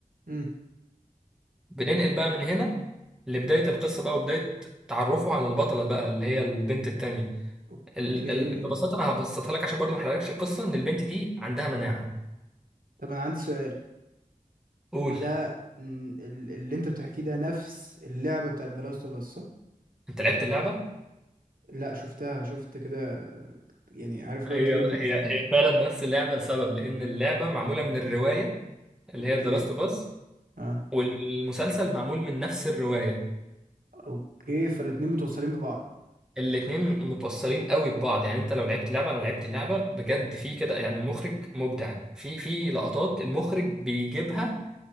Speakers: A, on the right; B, in the centre.
A: مم.
B: بننقل بقى من هنا لبداية القصة بقى وبداية تعرفه على البطلة بقى اللي هي البنت التانية
A: اوكي
B: ال... ال... ببساطة أنا هبسطها لك عشان برضو ما أحرقلكش القصة إن البنت دي عندها مناعة
A: طب انا عندي سؤال
B: قول
A: هو ده مم، ال- اللي انت بتحكيه ده نفس اللعبة بتاعت The Last of Us صح؟
B: أنت لعبت اللعبة؟
A: لا شفتها شفت كده يعني عارف
B: هي
A: لو تريلرز
B: هي
A: ليها
B: هي فعلا نفس اللعبة لسبب لأن اللعبة معمولة من الرواية اللي
A: اوكي
B: هي ذا لاست أوف أس
A: اه
B: والمسلسل معمول من نفس الرواية
A: اوكي فالاتنين متوصلين ببعض
B: الاتنين متوصلين قوي ببعض يعني انت لو لعبت اللعبة انا لعبت اللعبة بجد في كده يعني المخرج مبدع في في لقطات المخرج بيجيبها